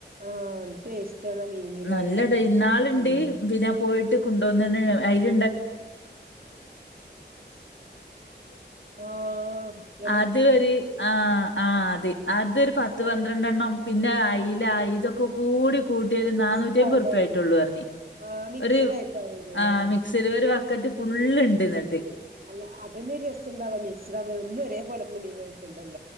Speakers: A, on the right; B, on the left.
A: ആഹ് എന്ത് ടേസ്റ്റാണ് ആ മീനിലെ
B: നല്ലടാ ഇന്നാളുണ്ട്
A: ഉം
B: പിന്നെ പോയിട്ട് ഇ കൊണ്ടോന്ന അതി
A: ആഹ
B: അത്ര് ആ ആ അത് അതൊരു പത്ത്
A: ആഹ്
B: പന്ത്രണ്ടെണ്ണം പിന്നെ അയില ഇതൊക്കെ കൂടി കൂട്ടിയൽ നാനൂറ്റി
A: ഉണ്ടാവുല്ലേ
B: അമ്പത് ുപ ആയിട്ടള്ളു പറഞ്ഞ
A: ആഹ് മിക്സഡ്
B: ഒരു
A: ആയിട്ടാവും വരല്ലേ
B: ആ മിക്സിൽ ഒരു ബക്കറ്റ് ഫുള്ള് ഇണ്ട്ന്നിട്ട്.
A: അല്ല അതെ രസംണ്ടവാ മിക്സിഡ ആ എന്നും ഒരേ പോലെ ഇ മീൻ കണ്ടല്ലോ